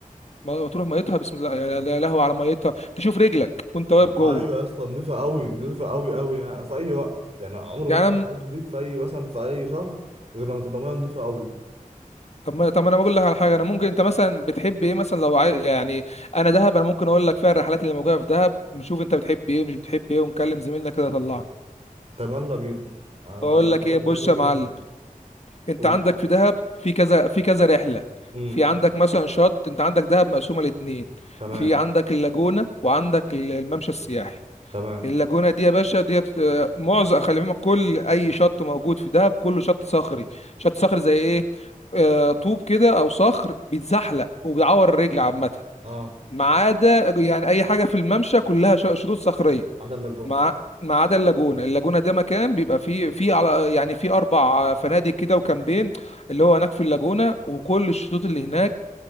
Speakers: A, on the left (about 50°); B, on the right (about 45°).
A: مطروح ميتها بسم الله يا يا لهوي على ميتها تشوف رجلك وانت واقف جوه
B: ايوه يا اسطى نضيفه قوي نضيفه قوي قوي يعني في اي وقت يعني عمري ما
A: يعني
B: رحت مكان نضيف في اي مثلا في اي شهر غير لما تبقى ميه نضيفه قوي
A: طب ما طب ما انا بقول لك على حاجه انا ممكن انت مثلا بتحب ايه مثلا لو عاي... يعني انا دهب انا ممكن اقول لك فيها الرحلات اللي موجوده في دهب نشوف انت بتحب ايه ومش بتحب ايه ونكلم زميلنا كده يطلعنا
B: طب يلا بينا انا
A: بقول لك
B: بقولك
A: ايه بص
B: جاي مني
A: يا معلم
B: ذهب
A: انت
B: اوف
A: عندك في دهب في كذا في كذا رحله
B: امم
A: في عندك مثلا شط انت عندك دهب مقسومه لاتنين
B: تمام
A: في عندك اللاجونه وعندك ال- الممشى السياحي
B: تمام
A: اللاجونة دي يا باشا ديت آه، معظم خلي بالك كل أي شط موجود في دهب كله شط صخري شط صخري زي إيه آه، طوب كده أو صخر بيتزحلق وبيعور الرجل عامة
B: اه
A: ما عدا يعني أي حاجة في الممشى كلها ش- شطوط صخرية
B: عدا اللاجون
A: مع ما عدا اللاجونة اللاجونة ده مكان بيبقى فيه فيه على يعني فيه أربع فنادق كده وكامبين اللي هو هناك في اللاجونة وكل الشطوط اللي هناك